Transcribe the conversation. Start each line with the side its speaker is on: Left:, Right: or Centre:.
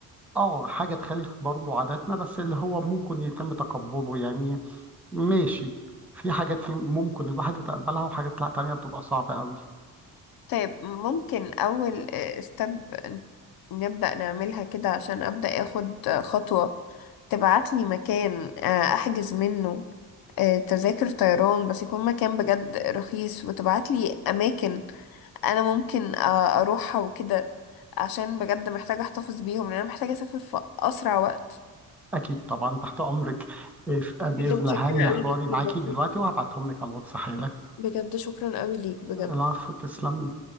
Centre: اه حاجة تخالف برضو عاداتنا بس اللي هو ممكن يتم تقبله يعني ماشي في حاجات ممكن الواحد يتقبلها وحاجات لا تانية بتبقى صعبة قوي
Left: طيب ممكن أول ستيب نبدأ نعملها كده عشان أبدأ أخد خطوة تبعتلي مكان آه، أحجز منه آه، تذاكر طيران بس يكون مكان بجد رخيص وتبعت لي اماكن انا ممكن آه، اروحها وكده عشان بجد محتاجة احتفظ بيهم لان انا محتاجة اسافر في اسرع وقت
Centre: أكيد طبعا تحت أمرك إيه، بإذن
Left: بجد متشكرة
Centre: الله هنهي
Left: قوي
Centre: حواري
Left: ليك
Centre: معاكي
Left: والله
Centre: دلوقتي وهبعتهم لك على الواتس حالا
Left: بجد شكرا قوي ليك بجد
Centre: العفو تسلم